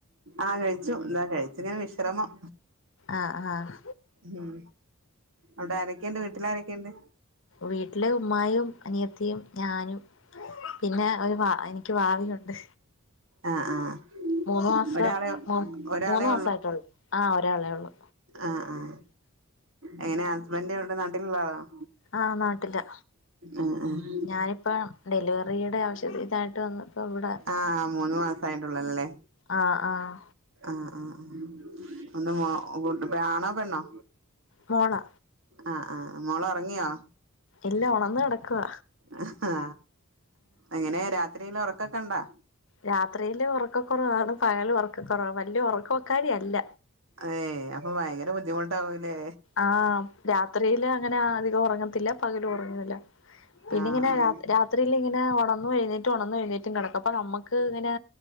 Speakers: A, on the right; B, on the left.
A: ആഹ്‌ കഴിച്ചു താ കഴിച്ചു ഇങ്ങനെ വിശ്രമം
B: ആഹ് ആഹ്
A: ഉം അവിടെ ആരൊക്കെണ്ട് വീട്ടിൽ ആരെക്കെണ്ട്
B: വീട്ടില് ഉമ്മായും അനിയത്തിയും ഞാനും പിന്നെ ഒരു വാ എനിക്ക് വാവിലുണ്ട്
A: ആഹ് ആഹ്
B: മൂന്നു മാസം
A: ഒരാളെ
B: മു
A: ഒരാളെ
B: മൂന്നു മാസായിട്ടുള്ളൂ ആഹ്‌ ഒരാളേള്ളൂ
A: ആഹ്‌ ആഹ് എങ്ങനെ ഹസ്ബന്റ് എവിടെ നട്ടിലുള്ള ആളാണോ?
B: ആഹ് നാട്ടിലാ
A: ആഹ്‌ ആഹ്‌
B: ഞാനിപ്പ ഡെലിവറിയുടെ ആവശ്യത്തി ഇതായിട്ട് വന്നപ്പോ ഇവിടെ
A: ആഹ് മൂന്ന് മാസായ്‌ട്ടൊള്ളു അല്ലല്ലേ
B: ആഹ്‌ ആഹ്‌
A: ആഹ്‌ അഹ് ഒന്ന് മോ വിട്ട്പോയ്‌ ആണോ പെണ്ണോ
B: മോളാ
A: ആഹ് ആഹ് ആ മോളൊറങ്ങിയോ
B: ഇല്ലാ ഒണന്ന് കിടക്കുവ
A: അ ഹാ എങ്ങനെ രാത്രിയില് ഒറക്കൊക്കെണ്ടാ
B: രാത്രിയില് ഒറക്കക്കുറവാണ് പകലും ഒറക്കകുറവാണ് വല്ല്യ ഉറക്കക്കാരി അല്ല
A: ഏ അപ്പൊ ഭയങ്കര ബുദ്ധിമുട്ടാവൂലേ
B: ആഹ് രാത്രിയില് അങ്ങനെ അധികം ഒറങ്ങത്തില്ല പകലും ഒറങ്ങൂല പിന്നെ
A: ആഹ്
B: ഇങ്ങനെ
A: ആഹ്
B: ര രാത്രില് ഇങ്ങനെ ഒണന്നും എഴുന്നേറ്റും ഒണന്നും എഴുന്നേറ്റും കിടക്കും അപ്പ നമ്മക്ക് ഇങ്ങനെ